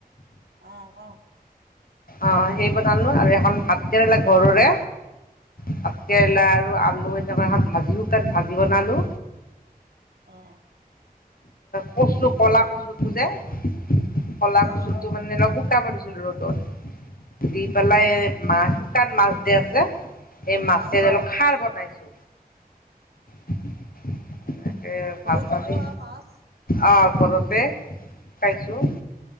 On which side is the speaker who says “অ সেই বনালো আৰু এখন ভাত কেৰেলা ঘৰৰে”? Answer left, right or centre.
Left